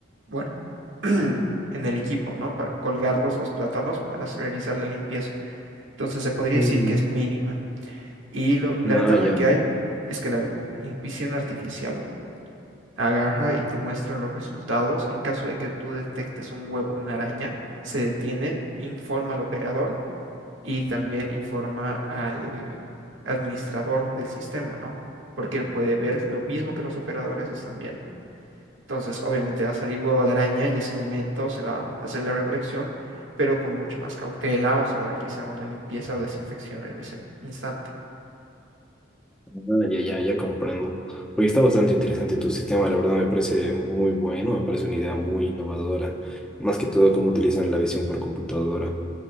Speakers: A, on the right (about 85°); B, in the centre.
A: bueno, <clears throat> en el equipo, ¿no? Para colgarlos los plátanos para s- realizar la limpieza. Entonces se podría
B: Mm,
A: decir que es mínima. Y lo- la
B: Ah,
A: ventaja
B: ya,
A: que hay es que la vi- visión artificial agarra y te muestra los resultados. En caso de que tú detectes un huevo, una araña, se detiene, informa al operador y también informa al administrador del sistema, ¿no? Porque él puede ver lo mismo que los operadores están viendo. Entonces, obviamente va a salir huevo de araña y ese momento se va a hacer la recolección, pero con mucha más cautela o se va a realizar una limpieza o desinfección en ese instante.
B: ah, ya, ya, ya comprendo. Oye, está bastante interesante tu sistema, la verdad me parece muy bueno, me parece una idea muy innovadora, más que todo cómo utilizan la visión por computadora.